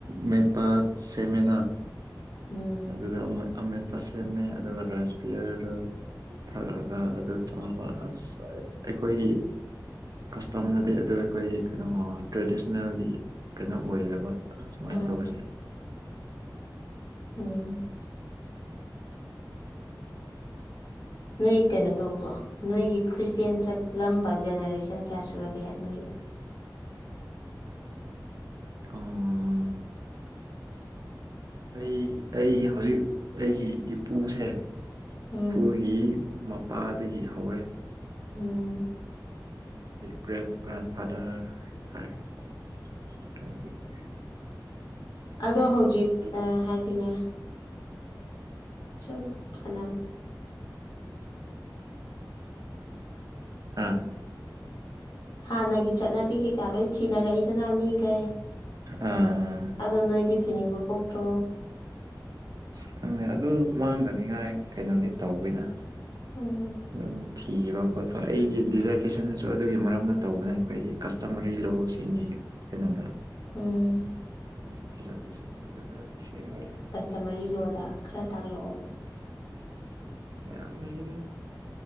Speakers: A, on the right; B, on the left.
A: ꯃꯦꯠ ꯄ ꯁꯦꯃꯦꯅ
B: ꯎꯝ
A: ꯑꯗꯨꯗ ꯑꯃ ꯑꯃꯠꯄ ꯁꯦꯝꯃꯦ ꯑꯗꯨꯒ ꯔꯥꯥꯁꯕꯤꯌꯔ ꯊꯔꯛꯑꯒ ꯑꯗꯨ ꯆꯥꯎꯥꯕ ꯑꯁ ꯑꯩꯈꯣꯏꯒꯤ ꯀꯁꯇꯝꯅꯗꯤ ꯑꯗꯨ ꯑꯩꯈꯣꯏꯒꯤ ꯀꯩꯅꯣ ꯇ꯭ꯔꯦꯗꯤꯁꯅꯦꯜꯒꯤ ꯀꯩꯅꯣ ꯑꯣꯏꯌꯦꯕ ꯑ ꯁꯨꯃꯥꯏꯅ
B: ꯎꯝ
A: ꯇꯧꯧꯕꯁꯦ
B: ꯎꯝ ꯅꯣꯏ ꯀꯩꯅꯣ ꯇꯧꯕꯣ ꯅꯣꯏꯒꯤ ꯈ꯭ꯔꯤꯁꯇꯦꯟ ꯆꯠꯂꯝꯕ ꯖꯦꯅꯦꯔꯦꯁꯟ ꯀꯌꯥ ꯁꯨꯔꯒꯦ ꯅꯣꯏꯒꯤꯗ
A: ꯑꯣ ꯑꯩ ꯑꯩꯒꯤ ꯍꯧꯖꯤꯛ ꯑꯩꯒꯤ ꯏꯄꯨꯁꯦ
B: ꯎꯝ
A: ꯏꯄꯨꯒꯤ ꯃꯄꯥꯗꯒꯤ ꯍꯧꯔꯦ
B: ꯎꯝ
A: ꯒ꯭ꯔꯦꯠ ꯒ꯭ꯔꯦꯟ ꯐꯥꯗꯔ ꯍꯥꯏꯇꯥꯔꯦ ꯑꯗꯨ ꯊ
B: ꯑꯗꯣ ꯍꯧꯖꯤꯛ ꯍꯥꯏꯗꯤꯅꯦ ꯁꯨꯝ ꯁꯅ
A: ꯍꯥ
B: ꯍꯥꯟꯅꯒꯤ ꯆꯠꯅꯕꯤ ꯀꯩꯀꯥ ꯂꯣꯏ ꯊꯤꯅꯔꯛꯏꯗꯅ ꯃꯤꯈꯩ
A: ꯑꯥ
B: ꯑꯗꯣ ꯅꯣꯏꯗꯤ ꯊꯤꯅꯤ ꯅꯤꯡꯤꯡꯕꯣꯇꯣ
A: ꯑ ꯈꯪꯉ ꯑꯗꯨ ꯃꯥꯡꯗꯅꯤꯉꯥꯏ ꯀꯩꯅꯣꯗꯤ ꯇꯧꯕꯤꯅ
B: ꯎꯝ
A: ꯑꯗꯨꯝ ꯊꯤꯕ ꯈꯣꯠꯄ ꯑꯩꯒꯤ ꯗꯤꯖꯔꯇꯦꯁꯟꯅꯁꯨ ꯑꯗꯨꯒꯤ ꯃꯔꯝꯗ ꯇꯧꯕꯅ ꯑꯩꯈꯣꯏꯒꯤ ꯀꯁꯇꯃꯔꯤ ꯂꯣꯁꯤꯡ ꯀꯩꯅꯣꯗ
B: ꯎꯝ
A: <unintelligible>
B: ꯖꯃꯔꯤ ꯂꯣꯗ ꯈꯔ ꯇꯥꯛꯂꯛꯑꯣ
A: ꯃꯌꯥꯝ ꯂꯩꯗ